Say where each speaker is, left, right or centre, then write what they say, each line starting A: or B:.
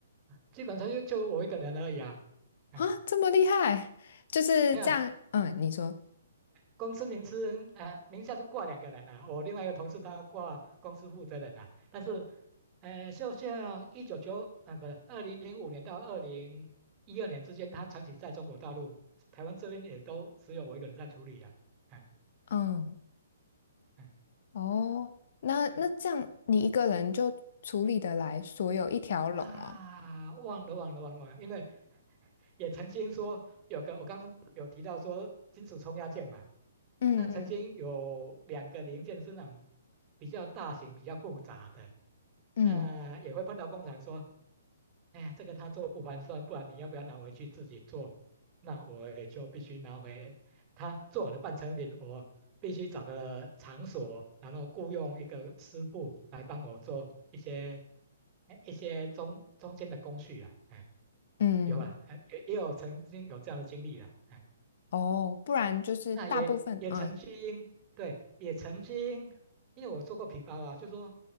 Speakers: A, on the right; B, on the left.
A: 基本上就就我一个人而已啊，嗯，
B: 啊，这么厉害，就是这样。
A: 没有啊
B: 嗯，你说，
A: 公司名称呃名下是挂两个人啊，我另外一个同事他挂公司负责人啊，但是，呃，就像一九九呃不是二零零五年到二零一二年之间，他长期在中国大陆，台湾这边也都只有我一个人在处理啊，嗯
B: 嗯，
A: 嗯
B: 哦，那那这样你一个人就处理得来所有一条龙哦。
A: 嗯啊，忘了忘了忘了，忘了因为也曾经说有个，我刚刚有提到说金属冲压件嘛，
B: 嗯嗯
A: 那曾经有两个零件是那种比较大型、比较复杂的，
B: 嗯
A: 那也会碰到工厂说，哎呀，这个他做不划算，不然你要不要拿回去自己做？那我也就必须拿回他做好的半成品，我必须找个场所，然后雇佣一个师傅来帮我做一些哎一些中中间的工序啦，哎。
B: 嗯，
A: 有啦，
B: 嗯
A: 哎也也有曾经有这样的经历了，哎，
B: 哦，不然就是大部分，
A: 那也也曾经，
B: 嗯
A: 对，也曾经，因为我做过皮包啊，就说